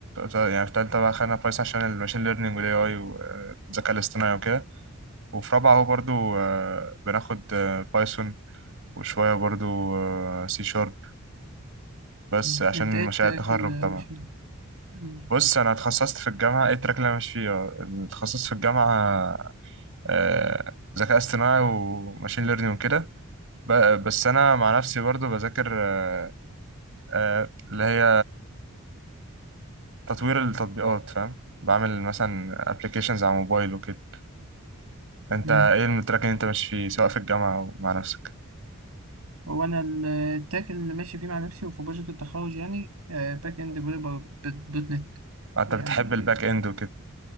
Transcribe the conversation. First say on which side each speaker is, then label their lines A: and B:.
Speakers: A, on the right; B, on the right.
A: يعني في تالتة بقى خدنا بايثون عشان الماشين ليرنينج والاي اي والذكاء الاصطناعي وكده وفي رابعة هو برضو آه، بناخد آه، بايثون وشوية برضو سي شارب بس
B: مم.
A: عشان
B: أنت إيه
A: مشاريع
B: التراك
A: التخرج
B: اللي
A: طبعا
B: مش مم.
A: بص انا اتخصصت في الجامعه ايه التراك اللي انا ماشي فيه آه، اتخصصت في الجامعه آه، ذكاء اصطناعي وماشين ليرنينج وكده ب- بس انا مع نفسي برضو بذاكر آه، آه، اللي هي تطوير التطبيقات فاهم بعمل مثلا ابلكيشنز على موبايل وكده انت
B: مم.
A: ايه التراك اللي انت ماشي فيه سواء في الجامعه او مع نفسك
B: هو أنا ال- التراك اللي ماشي فيه مع نفسي وفي بروجكت التخرج يعني باك إند ديفلوبر بالدوت نت
A: آه، انت
B: يعني
A: بتحب الباك اند وكده